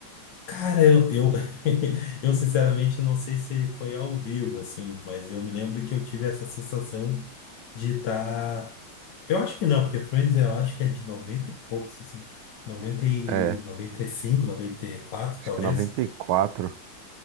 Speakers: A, on the left; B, on the right.
A: cara, eu, eu, <laughs> eu sinceramente não sei se foi ao vivo, assim, mas eu me lembro que eu tive essa sensação de estar. Eu acho que não, porque Friends eu acho que é de 90 e poucos, assim, 90 e
B: É,
A: noventa noventa e cinco noventa e quatro
B: acho
A: talvez.
B: que é noventa e quatro.